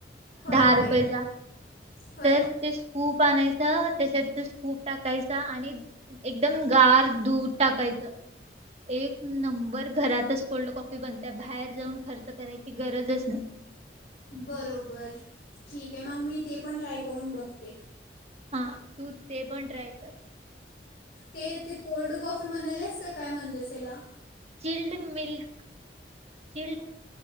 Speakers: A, on the left; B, on the right.
A: होय
B: दहा
A: होय
B: रुपयचा
A: होय
B: तर ते स्कूप आणाय तर त्याच्यात तो स्कूप टाकायचा आणि एकदम गार दूध टाकायाचं एक नंबर घरातच कोल्ड कॉफी बनते बाहेर जाऊन खर्च करायची गरजच नाही.
A: बरोबर ठीक आहे मग मी ते पण ट्राय करून बघते.
B: हा तू ते पण ट्राय कर.
A: ते, ते कोल्ड कॉफी म्हणालेस का काय म्हणतेस त्याला?
B: चिल्ड मिल्क चिल्ड